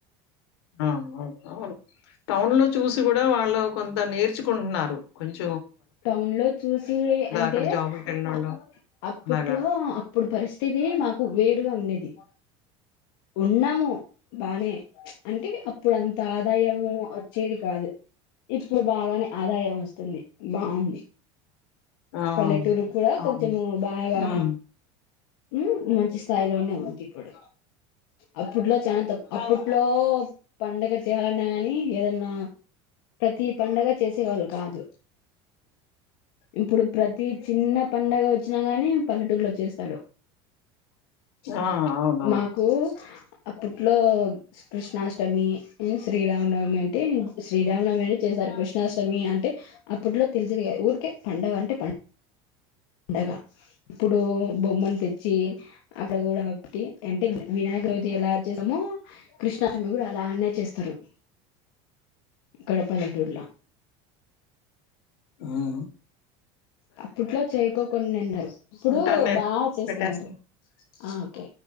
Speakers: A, on the left; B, on the left.
A: ఆ అవును, అవును. టౌన్ లో చూసి కూడా వాళ్ళ కొంత నేర్చుకుంటున్నారు కొంచం
B: టౌన్ లో చూసి అంటే
A: అక్కడ జాబులకెళ్ళినోళ్ళు
B: అప్ అప్పట్లో
A: అలాగా.
B: అప్పుడు పరిస్థితి మాకు వేరుగా ఉండేది. ఉన్నాము. బానే అంటే అప్పుడు అంత ఆదాయము వచ్చేది కాదు. ఇప్పుడు బాగానే ఆదాయం వస్తుంది బాగుంది.
A: ఆ!
B: పల్లెటూరు కూడా
A: అవును.
B: కొంచము బాగా
A: హ్మ్.
B: ఉ మంచి స్థాయిలోనే ఉంది. ఇప్పుడు అప్పుట్లో చాలా తకు అప్పుట్లో పండగ చేయాలన్నా గాని ఏదన్నా ప్రతి పండగ చేసే వాళ్ళు కాదు. ఇప్పుడు ప్రతి చిన్న పండగ వచ్చినా గాని పల్లెటూరులో చేస్తారు.
A: ఆ అవును
B: మాకు అప్పు ఇట్లో కృష్ణాష్టమి శ్రీరామనవమి అంటే శ్రీరామనవమి అంటే చేశారు. కృష్ణాష్టమి అంటే అప్పట్లో తెలిసిది గాదు. ఊరికే పండగ అంటే పం డగ ఇప్పుడు బొమ్మను తెచ్చి అక్కడ కూడా ఒకటి అంటే వినాయక చవితి ఎలా చేస్తమో కృష్ణాష్టమి కూడా అలా అనే చేస్తారు. ఇక్కడ పల్లెటూర్లో
A: హా ఆ
B: అప్పుట్లో చేయకోకుండా ఉన్నారు. ఇప్పుడు
A: ఉంటాను నేను.
B: బాగా చేస్తున్నారు.
A: పెట్టేస్తా.
B: ఆ ఓకే